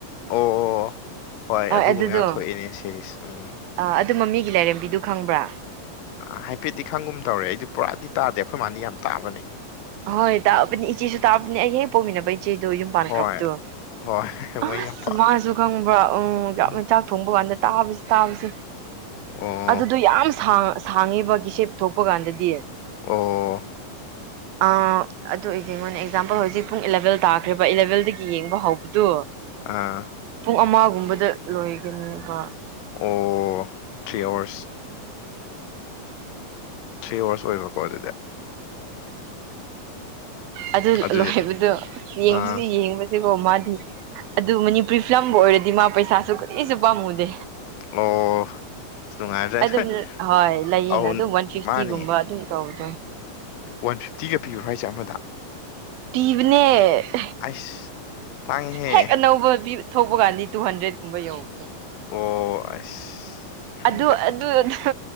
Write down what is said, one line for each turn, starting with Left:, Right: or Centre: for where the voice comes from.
Left: ꯑꯣ ꯑꯣ ꯍꯣꯏ ꯑꯗꯨꯒꯨꯝꯕ
Right: ꯑꯗꯨꯗꯣ
Left: ꯌꯥꯝ ꯊꯣꯛꯑꯦꯅꯦ ꯁꯦꯔꯤꯁ ꯎꯝ
Right: ꯑ ꯑꯗꯨ ꯃꯃꯤꯒꯤ ꯂꯥꯏꯔꯦꯝꯕꯤꯗꯨ ꯈꯪꯕ꯭ꯔꯥ
Left: ꯑ ꯍꯥꯏꯐꯦꯠꯇꯤ ꯈꯪꯒꯨꯝ ꯇꯧꯔꯦ ꯑꯩꯗꯤ ꯄꯨꯔꯥꯗꯤ ꯇꯥꯗꯦ ꯑꯩꯈꯣꯏ ꯃꯥꯗꯤ ꯌꯥꯝ ꯇꯥꯕꯅꯦ
Right: ꯍꯣꯏ ꯇꯥꯛꯑꯕꯅꯤ ꯏꯆꯦꯁꯨ ꯇꯥꯛꯕꯅꯤ ꯑꯩ ꯍꯦꯛ ꯄꯣꯛꯃꯤꯟꯅꯕ ꯏꯆꯦꯗꯣ ꯌꯨꯝ ꯄꯥꯟꯈꯕꯗꯣ
Left: ꯍꯣꯏ ꯍꯣꯏ ꯃꯣꯏ
Right: ꯑꯁ
Left: ꯌꯥꯝ
Right: ꯃꯥꯁꯨ ꯈꯪꯕ꯭ꯔꯥ ꯎꯝ
Left: ꯄꯥꯝ
Right: ꯌꯥꯝꯅ ꯆꯥꯛ ꯊꯣꯡꯕ ꯀꯥꯟꯗ ꯇꯥꯕꯁꯦ ꯇꯥꯕꯁꯦ
Left: ꯑꯣ
Right: ꯑꯗꯨꯗꯣ ꯌꯥꯝꯥꯡ ꯁꯥꯡꯉꯦꯕ ꯀꯤꯁꯦꯠ ꯄꯨꯊꯣꯛꯄ ꯀꯥꯟꯗꯗꯤ
Left: ꯑꯣ
Right: ꯑ ꯑꯗꯨ ꯑꯣꯏꯁꯦꯉꯣꯟꯅ ꯑꯦꯛꯖꯥꯝꯄꯜ ꯍꯧꯖꯤꯛ ꯄꯨꯡ ꯏꯂꯚꯦꯜ ꯇꯥꯈ꯭ꯔꯦꯕ ꯏꯂꯚꯦꯜꯗꯒꯤ ꯌꯦꯡꯕ ꯍꯧꯕꯗꯨꯣ
Left: ꯑꯥ
Right: ꯄꯨꯡ ꯑꯃꯒꯨꯝꯕꯗ ꯂꯣꯏꯒꯅꯦꯕ
Left: ꯑꯣ ꯊ꯭ꯔꯤ ꯑꯥꯋꯥꯔꯁ ꯊ꯭ꯔꯤ ꯑꯋꯥꯔꯁ ꯑꯣꯏꯕꯀꯣ ꯑꯗꯨꯗꯤ
Right: ꯑꯗꯨ
Left: ꯑꯗꯨꯗꯤ
Right: ꯂꯣꯏꯕꯗꯣ ꯌꯦꯡ
Left: ꯑꯥ
Right: ꯕꯣ ꯃꯥꯗꯤ ꯑꯗꯨ ꯃꯅꯤꯄꯨꯔꯤ ꯐꯤꯂꯝꯕꯨ ꯑꯣꯏꯔꯗꯤ ꯃꯥ ꯄꯩꯁꯥꯁꯨ ꯀꯔꯤꯁꯨ ꯄꯥꯝꯃꯨꯗꯦ
Left: ꯑꯣ ꯑꯁ ꯅꯨꯡꯉꯥꯏꯕꯖꯥꯠꯅꯤ
Right: ꯑꯗꯨꯝ
Left: ꯍꯣꯏ
Right: ꯍꯣꯏ ꯂꯩꯌꯦꯅ
Left: ꯑꯧ
Right: ꯑꯗꯨꯝ ꯋꯥꯟ ꯐꯤꯐꯇꯤꯒꯨꯝꯕ
Left: ꯃꯥꯅꯦ
Right: ꯑꯗꯨꯝ ꯇꯧꯕꯗ
Left: ꯋꯥꯟ ꯐꯤꯞꯇꯤꯒ ꯄꯤꯔꯨꯔꯣ ꯍꯥꯏꯁꯦ ꯑꯃꯗ
Right: ꯄꯤꯕꯅꯦ
Left: ꯑꯩꯁ ꯊꯥꯡꯉꯤꯍꯦ
Right: ꯍꯦꯛ ꯑꯅꯧꯕ ꯊꯣꯛꯄ ꯀꯥꯟꯗꯤ ꯇꯨ ꯍꯟꯗ꯭ꯔꯦꯗꯀꯨꯝꯕ ꯌꯧꯧꯕꯅꯤ
Left: ꯑꯣ ꯑꯁ ꯈꯪꯗꯦ
Right: ꯑꯗꯨ ꯑꯗꯨ ꯑꯗꯨ